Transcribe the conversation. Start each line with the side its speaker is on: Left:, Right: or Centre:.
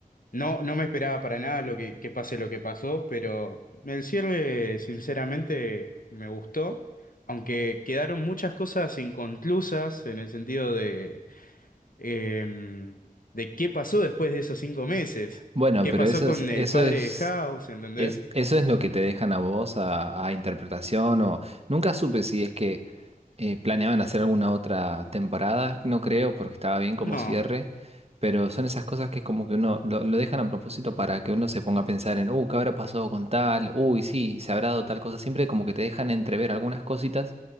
Left: no, no me esperaba para nada lo que, que pase lo que pasó, pero el cierre sinceramente me gustó, aunque quedaron muchas cosas inconclusas en el sentido de em, de qué pasó después de esos cinco meses,
Right: Bueno,
Left: qué
Right: pero
Left: pasó
Right: eso
Left: con
Right: es,
Left: el
Right: eso
Left: padre
Right: es.
Left: de House, ¿entendés?
Right: Es, eso es lo que te dejan a vos a, a interpretación o nunca supe si es que eh, planeaban hacer alguna otra temporada, no creo porque estaba bien como
Left: No,
Right: cierre, pero son esas cosas que es como que uno lo, lo dejan a propósito para que uno se ponga a pensar en, uh, ¿qué habrá pasado con tal? Uy, sí, se habrá dado tal cosa, siempre como que te dejan entrever algunas cositas